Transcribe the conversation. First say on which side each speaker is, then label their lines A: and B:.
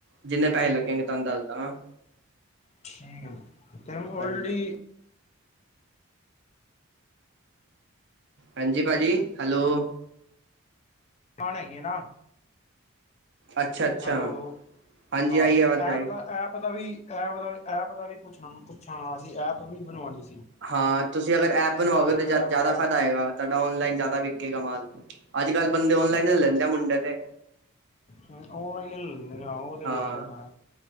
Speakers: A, on the right; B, on the left.
A: ਜਿੰਨੇ ਪੈਹੇ ਲੱਗੇਂਗੇ ਤਹਨੂੰ ਦੱਸ ਦਾਂਗਾ।
B: ਠੀਕ ਐ, ਤੇ ਔਲਰੇਡੀ
A: ਹਾਂਜੀ ਹਾਂਜੀ ਭਾਜੀ, ਹੈਲੋ
B: ਕੌਣ ਹੈਗੀ ਐ ਨਾ।
A: ਅੱਛਾ ਅੱਛਾ
B: ਹੈਲੋ
A: ਹਾਂਜੀ
B: ਹਾਂ
A: ਆਈ
B: ਤੁਸੀ
A: ਆਵਾਜ਼
B: ਐਪ
A: ਆਈ
B: ਦਾ ਐਪ ਦਾ ਵੀ, ਐਪ ਦਾ ਐਪ ਦਾ ਵੀ, ਪੁੱਛਾਂ ਪੁੱਛਾਂਗਾ ਅਸੀਂ ਐਪ ਵੀ ਬਣਵਾਣੀ
A: ਹਾਂ ਤੁਸੀਂ ਅਗਰ ਐਪ ਬਣਵਾਓਗੇ
B: ਜਿਹੜਾ
A: ਤਾਂ
B: ਮੇਰਾ
A: ਜਾਦਾ ਫਾਇਦਾ ਹੋਏਗਾ ਤੁਹਾਡਾ ਔਨਲਾਈਨ ਜ਼ਿਆਦਾ ਵਿਕੇੇਗਾ ਮਾਲ। ਅੱਜ ਕੱਲ ਬੰਦੇ ਔਨਲਾਈਨ ਲੈ ਲੈਂਦੇ ਆ ਮੁੰਡੇ ਤੇ।
B: ਹੂੰ, ਓਨਲਾਈਨ ਈ ਲੇ ਲੈਂਨੇ, ਆ ਉਹ ਤੇ
A: ਹਾਂ
B: ਵੇਖਿਆ ਮੈ।